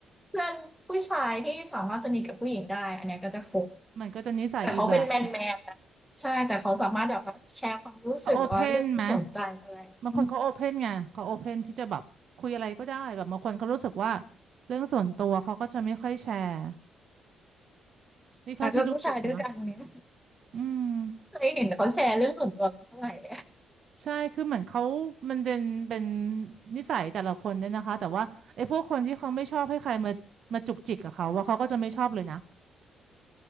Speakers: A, in the centre; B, on the right.
A: เพื่อนผู้ชายที่สามารถสนิทกับผู้หญิงได้อันเนี้ยก็จะคบ
B: มันก็จะนิสัยอีกแบบ
A: แต่เขาเป็นแมนแมนนะใช่แต่เขาสามารถแบบว่าแชร์ความรู้สึกหรือว่าเรื่องที่สนใจอะไรอืม
B: เขาโอเพนไหมบางคนเขาโอเพนไงเขาโอเพนที่จะแบบคุยอะไรก็ได้แบบบางคนเขารู้สึกว่าเรื่องส่วนตัวเขาก็จะไม่ค่อยแชร์นี่เท่าที่รู้สึกนะ
A: แต่กับผู้ชายด้วยกันเนี่ย
B: อืม
A: เคยเห็นเขาแชร์เรื่องส่วนตัวกันเท่าไหรเลย
B: ใช่ คือเหมือนเขามันเป็นเป็นนิสัยแต่ละคนเนี่ยนะคะ แต่ว่าไอ้พวกคนที่เขาไม่ชอบให้ใครมามาจุกจิกกับเขา ว่าเขาก็จะไม่ชอบเลยนะ